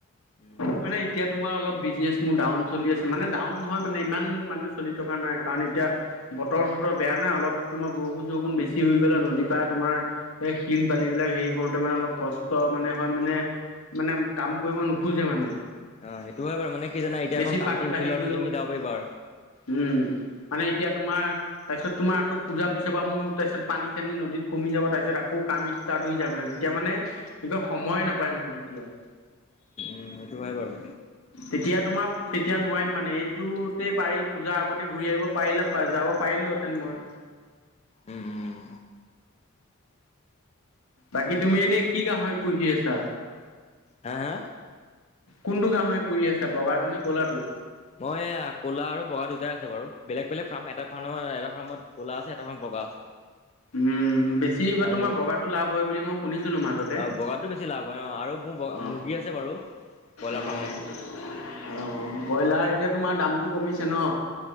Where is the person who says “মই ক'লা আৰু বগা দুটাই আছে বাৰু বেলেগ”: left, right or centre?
Left